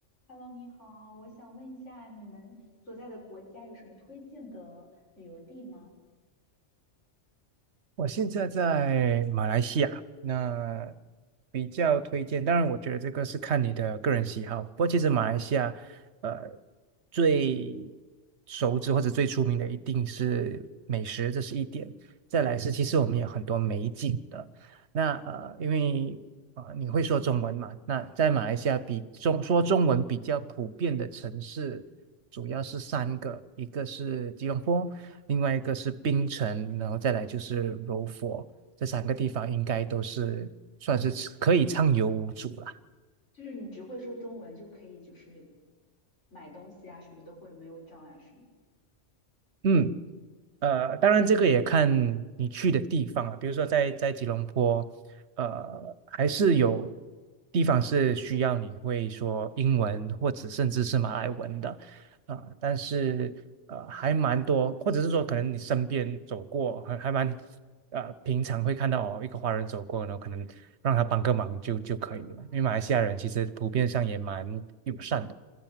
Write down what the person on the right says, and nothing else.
我现在在马来西亚，那比较推荐。当然，我觉得这个是看你的个人喜好。不过，其实马来西亚，呃，最熟知或者最出名的一定是美食，这是一点。再来是，其实我们有很多美景的。
那呃，因为啊、呃你会说中文嘛？那在马来西亚比中说中文比较普遍的城市，主要是三个，一个是吉隆坡。另外一个是槟城，然后再来就是柔佛，这三个地方应该都是算是可以畅游无阻啦。
嗯。呃，当然这个也看你去的地方了。比如说在在吉隆坡，呃，还是有地方是需要你会说英文或者甚至是马来文的，呃，但是呃还蛮多，或者是说可能你身边走过，还还蛮呃平常会看到哦，一个华人走过，然后可能让他帮个忙就就可以了。
因为马来西亚人其实普遍上也蛮友善的。